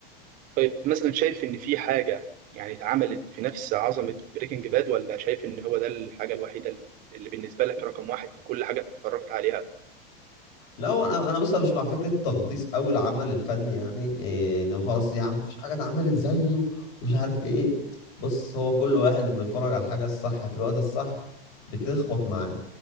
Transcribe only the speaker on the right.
طيب مثلا شايف ان في حاجه يعني اتعملت في نفس عظمه بريكنج باد ولا شايف ان هو ده الحاجه الوحيده اللي بالنسبه لك رقم واحد في كل حاجه اتفرجت عليها